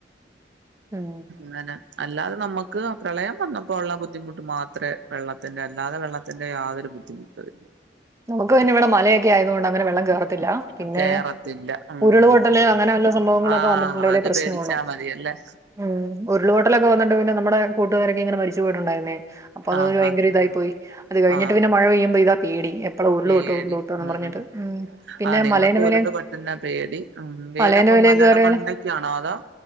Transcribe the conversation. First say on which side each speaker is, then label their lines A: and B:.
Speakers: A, on the right (about 15°); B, on the right (about 70°).
A: ഉം
B: ഇങ്ങനെ അല്ലാതെ നമ്മുക ക്ക് ആ പ്രളയം വന്നപ്പോ ഉള്ള ബുദ്ധിമുട്ട് മാത്രെ വെള്ളത്തിന്റെ അല്ലാതെ വെള്ളത്തിന്റെ യാതൊരു ബുദ്ധിമുട്ട് വല്ല
A: നമുക്ക്പിന്നെ ഇവിടെ മലയൊക്കെ ആയതോണ്ട് അങ്ങെനെ വെള്ളം കേറ ല്ല
B: ഇല്ല
A: പിന്നെ
B: കേറത്തില്ല ഉം
A: ഉരുൾപൊട്ടല്
B: ഉം ഉം
A: അങ്ങനെവല്ല സംഭവങ്ങളൊക്കെ
B: ആഹ്
A: വന്നിട്ടുണ്ടെല്
B: അത്
A: പ്രശ്നവാണോ
B: പേടിച്ചാ മതിയല്ലേ
A: ഉം ഉരുളപോട്ടലൊക്കെ വന്നിട്ട് പിന്നെ നമ്മുടെ കൂട്ടുകാരി ങ്ങനെ മരിച്ചു പോയിട്ടുണ്ടായിരുന്നേ അപ്പൊ അതൊരു
B: ആഹ്
A: ഭയങ്കര
B: ആഹ്
A: ഇതായി പോയി അത് കഴിഞ്ഞിട്ട്
B: ആഹ് ആഹ്
A: പിന്നെ മഴ പെയ്യുമ്പോ ഇതാ പേടി എപ്പളാ ഉരുള്
B: പേടി
A: പൊട്ടും ഉരുള് പൊട്ടുംന്ന്
B: ഉം
A: പറഞ്ഞിട്ട്. പിന്നെ
B: ആ നിങ്ങൾക്ക്
A: മലേന്റെ
B: ഉരുള്
A: മേലെ
B: പൊട്ടുന്ന പേടി ഉം വീടപ്പം
A: മലേന്റെ മേലെ
B: മലടെ
A: കേറിയാല്
B: മണ്ടക്കാണോ അതോ